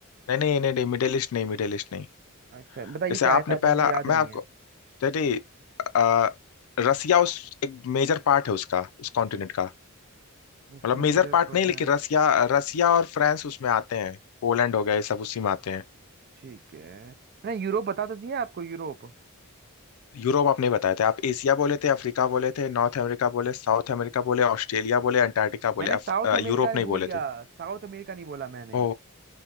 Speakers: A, on the left; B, on the right.
A: नहीं नहीं नहीं नहीं मिडिल ईस्ट नहीं मिडिल ईस्ट नहीं
B: अच्छा बताइए
A: जैसे
B: क्या
A: आपने
B: ऐसा था
A: पहला
B: मुझे याद
A: मैं
B: नहीं
A: आपको
B: है
A: डैडी आ, रसिया उस एक मेजर पार्ट है उसका उस कॉन्टिनेंट का
B: एशिया
A: मतलब मेजर
B: मेजर
A: पार्ट
B: पोर्ट
A: नहीं लेकिन
B: है
A: रसिया रसिया और फ्रांस उसमें आते हैं पोलैंड हो गया ये सब उसी में आते हैं
B: ठीक है मैंने यूरोप बता तो दिया आपको यूरोप
A: यूरोप आप नहीं बताए थे आप एशिया बोले थे अफ्रीका बोले थे नॉर्थ अमेरिका बोले साउथ अमेरिका बोले ऑस्ट्रेलिया बोले अंटार्कटिका
B: मैंने
A: बोले
B: साउथ
A: अफ, अ,
B: अमेरिका
A: यूरोप
B: ने
A: नहीं
B: भूल
A: बोले
B: गया
A: थे
B: साउथ अमेरिका नहीं बोला मैंने
A: ओ